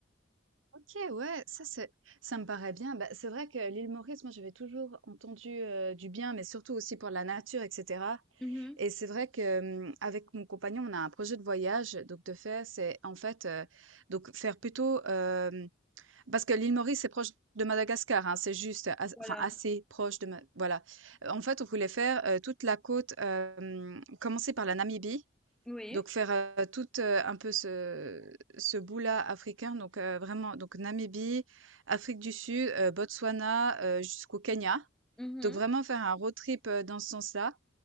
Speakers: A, on the right; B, in the centre.
A: OK, ouais, ça c'est ça me paraît bien. Bah, c'est vrai que l'île Maurice, moi j'avais toujours entendu, heu, du bien, mais surtout aussi pour la nature et cetera
B: Mhm.
A: et c'est vrai que, hem, avec mon compagnon, on a un projet de voyage, donc de fait, c'est en fait, heu, donc faire plutôt, hem parce que l'île Maurice, c'est proche de Madagascar, hein, c'est juste as
B: Voilà.
A: enfin assez proche de Ma voilà. Heu, en fait, on voulait faire, heu, toute la côte, hem, commencer par la Namibie
B: Oui.
A: donc faire, heu, toute, heu, un peu ce ce bout-là africain, donc heu, vraiment donc Namibie, Afrique du Sud, heu, Botswana, heu, jusqu'au Kenya.
B: Mhm.
A: Donc vraiment faire un road trip, heu, dans ce sens-là.